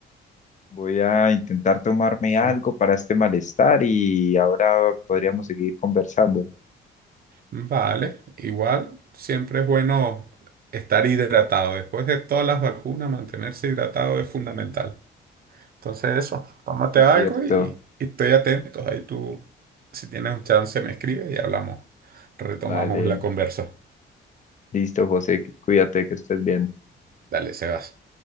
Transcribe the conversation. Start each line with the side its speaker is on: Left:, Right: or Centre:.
Left: Voy a intentar tomarme
Right: Sí.
Left: algo para este malestar y ahora podríamos seguir conversando.
Right: Vale, igual siempre es bueno estar hidratado. Después de todas las vacunas, mantenerse hidratado es fundamental. Entonces eso, tómate
Left: Es
Right: algo
Left: cierto.
Right: y, y estoy atento. Ahí tú, si tienes un chance, me escribes y hablamos. Retomamos
Left: Vale.
Right: la conversa.
Left: Listo, José. Cuídate, que estés bien.
Right: Dale, Sebas.